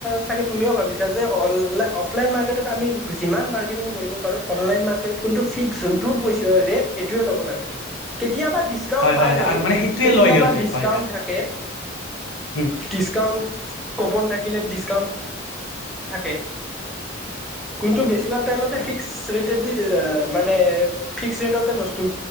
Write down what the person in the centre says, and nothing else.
চাগে তুমিও ভাবিছা যেল অফলাইন। আমি যিমান বাৰ্গেনিং কৰিব পাৰো অনলাইন মাৰ্কেটতোনটো ফিক্স যোনটো ৰেট সেই টোৱেই। কেতিয়াবা ডিচকাচন
পায়
আৰু
কেতিয়াবা
ডিচকাচন
থাকে।
ডিচকাউণ্ট ক'ব নথাকিলে ডিচকাউণ্ট থাকে। কোন বেছিভাগ টাইমতে
ফিস্ ৰেদি। মানে ফিক্স ৰেটতে বস্তু